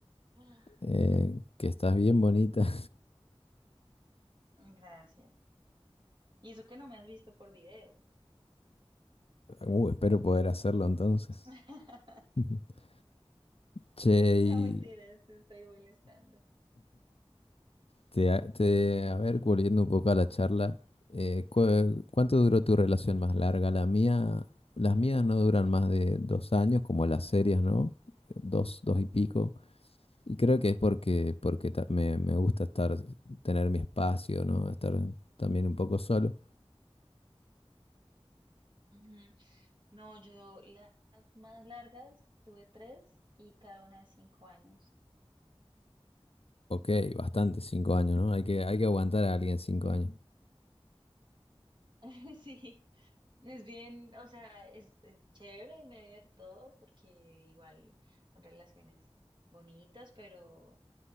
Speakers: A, on the right (about 50°); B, on the left (about 70°).
A: Ah,
B: eh, que estás bien bonita.
A: Gracias. Y eso que no me has visto por video.
B: Uh, espero poder hacerlo entonces.
A: <laughs>
B: <laughs> Che,
A: No,
B: y
A: mentiras, te estoy molestando.
B: te, a- te- a ver, volviendo un poco a la charla, eh, cu- ¿cuánto duró tu relación más larga? La mía, las mías no duran más de dos años, como las series, ¿no? Dos, dos y pico. Y creo que es porque, porque ta- me, me gusta estar, tener mi espacio, ¿no? Estar también un poco solo.
A: Ujú. No, yo la- las más largas tuve tres y cada una de cinco años.
B: Ok, bastante, cinco años, ¿no? Hay que, hay que aguantar a alguien cinco años.
A: <laughs> Sí, es bien, o sea, es, es chévere en medio de todo porque igual son relaciones bonitas, pero,